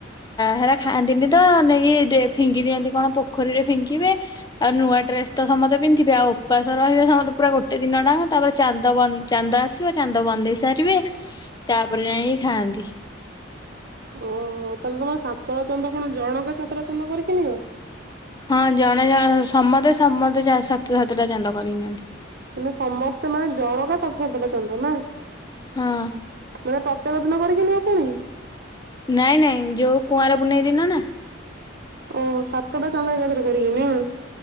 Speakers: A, on the left; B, on the right.
A: ହେରା ଖାଆନ୍ତିନି ତ, ନେଇକି ଫିଙ୍ଗି ଦିଅନ୍ତି କଣ ପୋଖରୀରେ ଫିଙ୍କିବେ ଆଉ ନୂଆ ଡ୍ରେସ ତ ସମସ୍ତେ ପିନ୍ଧିବେ ଆଉ ଉପାସ ରହିବେ ସମସ୍ତେ ପୁରା ଗୋଟେ ଦିନ ଟା ତାପରେ ଚାନ୍ଦ ବନ୍ଦ ଚାନ୍ଦ ଆସିବ ଚାନ୍ଦ ବନ୍ଦେଇ ସାରିବେ ତାପରେ ଯାଇକି ଖାଆନ୍ତି।
B: ଓହୋ ତାହେଲେ ତମର ସାତଳା ଚନ୍ଦ କଣ ଜଣଙ୍କ ସାତଳା ଚନ୍ଦ କରିକିନିଅ?
A: ହଁ ଜଣେ ଜଣ ସମସ୍ତେ ସମସ୍ତେ ସାତ ସାତଟା ଚାନ୍ଦ କରି ନିଅନ୍ତି।
B: ମାନେ ସମସ୍ତେ ମାନେ ଜଣକା ସ ସପଟ ଚନ୍ଦ ନା
A: ହଁ
B: ମାନେ ତେର ଦିନ କରିକି ନ ନିଅ ପୁଣି?
A: ନାଇଁ ନାଇଁ ଯୋଉ କୁଆଁର ବୁନେଇ ଦିନ ନା।
B: ଓହ ସାତଟା ଚାନ୍ଦ ଏକାଦରେ କରିକିନିଅ?